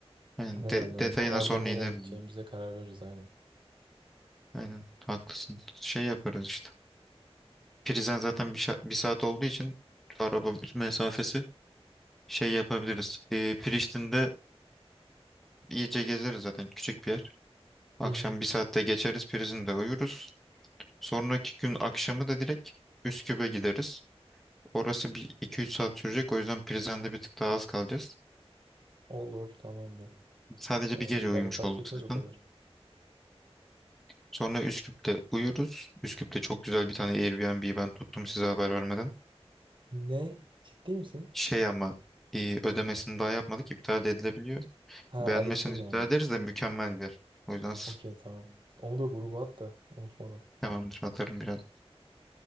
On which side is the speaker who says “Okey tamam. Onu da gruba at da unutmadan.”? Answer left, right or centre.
Right